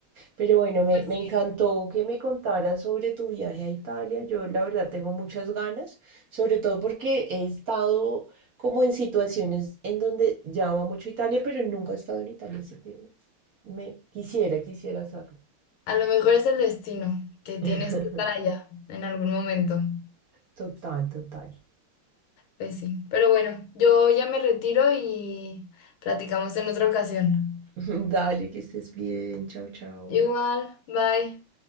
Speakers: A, on the right; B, on the left.
A: Pero bueno, me,
B: Pues
A: me encantó
B: sí.
A: que me contaras sobre tu viaje a Italia. Yo la verdad tengo muchas ganas, sobre todo porque he estado como en situaciones en donde llamo mucho Italia, pero nunca he estado en Italia, así que me quisiera, quisiera hacerlo.
B: A lo mejor es el destino, que tienes
A: <laughs>
B: que estar allá en algún momento.
A: Total, total.
B: Pues sí. Pero bueno, yo ya me retiro y platicamos en otra ocasión.
A: <laughs> Dale, que estés bien. Chao, chao.
B: Igual, bye.